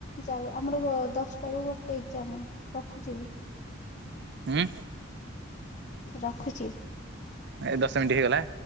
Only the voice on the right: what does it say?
ହୁଁ।
ଏ ଦଶ ମିଣ୍ଟି ହେଇଗଲା।